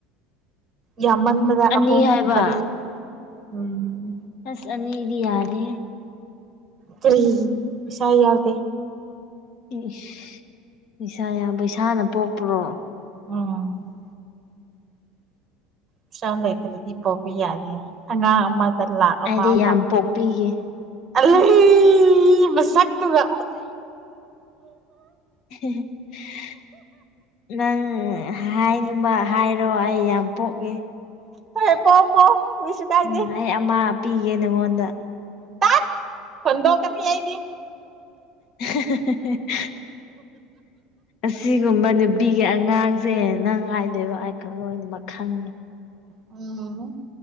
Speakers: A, on the right; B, on the left.
A: ꯌꯥꯝꯃꯟꯕꯗ
B: ꯑꯅꯤ
A: ꯑꯍꯨꯝ
B: ꯍꯥꯏꯕ
A: ꯃꯔꯤ ꯎꯝ
B: ꯑꯁ ꯑꯅꯤꯗꯤ ꯌꯥꯗꯦꯍꯦ
A: ꯀꯔꯤꯒꯤ ꯄꯩꯁꯥ ꯌꯥꯎꯗꯦ
B: ꯏꯁ ꯄꯩꯁꯥ ꯌꯥꯝ ꯄꯩꯁꯥꯅ ꯄꯣꯛꯄ꯭ꯔꯣ
A: ꯎꯝ ꯄꯁꯥ ꯂꯩꯇ꯭ꯔꯗꯤ ꯄꯣꯛꯄ ꯌꯥꯗꯦ ꯑꯉꯥꯡ ꯑꯃꯗ ꯂꯥꯛ ꯑꯃ
B: ꯑꯩꯗꯤ
A: ꯑꯃ
B: ꯌꯥꯝ ꯄꯣꯛꯄꯤꯒꯦ
A: ꯑꯂꯤ ꯃꯁꯛ ꯇꯨꯒ
B: <unintelligible> ꯅꯪ ꯍꯥꯏꯅꯤꯡꯕ ꯍꯥꯏꯔꯣ ꯑꯩ ꯌꯥꯝ ꯄꯣꯛꯅꯤ
A: ꯍꯩ ꯄꯣ ꯄꯣ ꯀꯔꯤꯁꯨ ꯀꯥꯏꯗꯦ
B: ꯎꯝ ꯑꯩ ꯑꯃ ꯄꯤꯒꯦ ꯅꯉꯣꯟꯗ
A: ꯇꯠ ꯍꯣꯟꯗꯣꯛ ꯀꯅꯤ ꯑꯩꯗꯤ
B: <unintelligible> ꯑꯁꯤꯒꯨꯝꯕ ꯅꯨꯄꯤꯒꯤ ꯑꯉꯥꯡꯁꯦ ꯅꯪ ꯍꯥꯏꯗꯣꯏꯕ ꯑꯩ__ ꯀ ꯂꯣꯏꯅꯃꯛ ꯈꯪꯉꯤ
A: ꯎꯝ